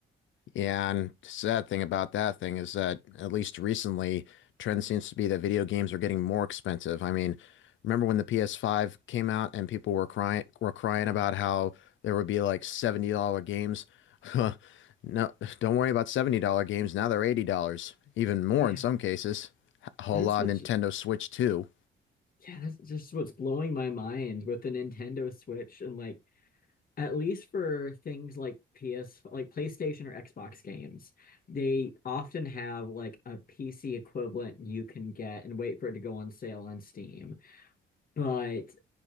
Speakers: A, on the left; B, on the left.
A: Yeah, and the sad thing about that thing is that at least recently, trend seems to be that video games are getting more expensive. I mean, remember when the PS5 came out and people were crying were crying about how there would be like $70 games? <laughs> No, don't worry about $70 games. Now they're $80, even more
B: Yeah,
A: in some cases. H- Hola,
B: that's what's
A: Nintendo Switch 2.
B: yeah, that's just what's blowing my mind with the Nintendo Switch and like at least for things like PS like PlayStation or Xbox games, they often have like a PC equivalent you can get and wait for it to go on sale on Steam. But